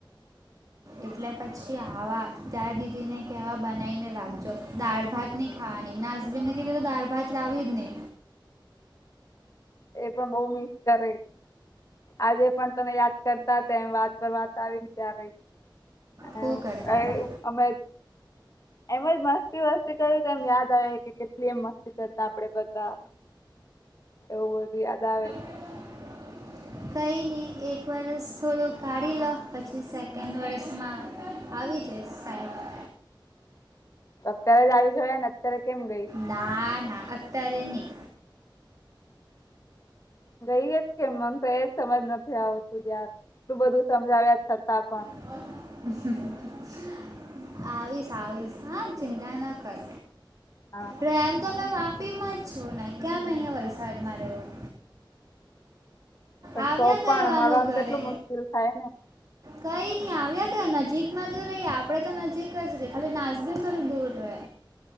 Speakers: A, on the right (about 45°); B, on the left (about 40°).
A: એટલે પછી આવા તાર દીદી ને કેવા બનાઈ ને રાખજો દાળ ભાત ની હા નાસબીનને કીધેલું તો દાળ ભાત લાવી જ નહિ
B: એ પણ બોવ મિસ કરે આજે પણ તને યાદ કરતા હતા એ વાત પર વાત આવી ત્યારે
A: ખૂબ
B: એવું
A: કરતા
B: એઈ
A: હતા
B: અમે એમજ મસ્તી વસ્તી કરી તો એમ યાદ આવે કે કેટલી એમ મસ્તી કરતા આપડે બધા એવું બધુ યાદ આવે
A: <inaudible> કંઈની એક વર્ષ થોડો કાઢી લો પછી સેકન્ડ વર્ષમાં આવી જઇસ સાયદ
B: અત્યારે જ આવી છે ને અત્યારે કેમ ગઈ
A: ના ના અત્યારે ની
B: ગઈએ જ કે મને તો એજ સમજ નથી આવતું યાર આટલુ બધું સમજાવ્યા છતાં પણ
A: <inaudible> આવીશ આવીશ હા ચિંતા ના કર
B: હા
A: પ્રેમ તો મેં વાપી માં જ છું ને કેમ અહિયાં વલસાડમાં રહું
B: પણ
A: આવ્યા
B: તો
A: કરવાનુ
B: પણ મળવાનું
A: ઘરે
B: કેટલું મુશ્કેલ થાય ને
A: કઈ ની આવ્યા કર નજીકમાં તો રહી આપડે તો નજીક જ રેય ખાલી નાસબીન થોડી દૂર રહે